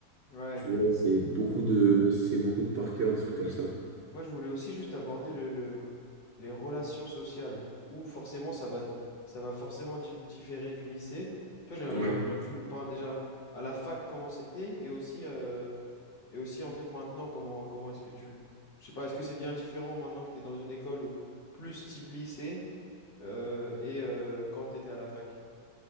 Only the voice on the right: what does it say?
Tu vois, c'est beaucoup de, c'est beaucoup de par cœur, des trucs comme ça.
Ouais.